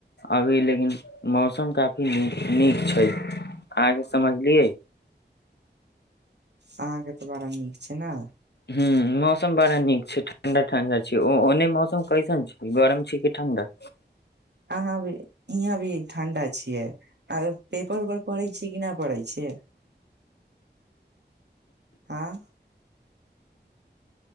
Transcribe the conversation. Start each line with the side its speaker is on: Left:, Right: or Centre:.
Left: अभी लेकिन मौसम काफी नीक नीक छै अ‌हाके समझलियै
Right: अहाँके तऽ बड़ा नीक छै ने
Left: हुं मौसम बड़ा नीक छै ठंडा ठंडा छै ओने मौसम कैसन छै गरम छै कि ठण्डा
Right: अहाँ भी यहाँ भी ठंडा छियै आ पेपर उपर पढ़े छियै कि ना पढ़य छियै आँ